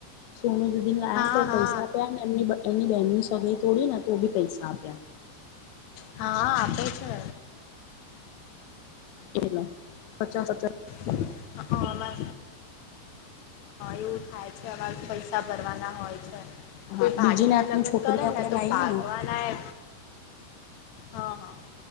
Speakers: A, on the left; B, on the left.
A: તોનું દીદી લને
B: હા
A: તો
B: હા
A: પૈસા આપ્યા એમની એની બેંકની સગાઈ તોડી ને તો બી પૈસા આપ્યા
B: હા આપે છે
A: એલા સાચા સાચા
B: હ હ હહમા એવું થાય છે અમારે પૈસા ભરવાના હોય છે
A: હા
B: કોઈ ભાગીને
A: બીજી નાતની
B: લગ્ન
A: છોકરી
B: કરે
A: આપણે
B: ને તો
A: લાઈએ
B: ભાગવાના
A: ને
B: એ હા હા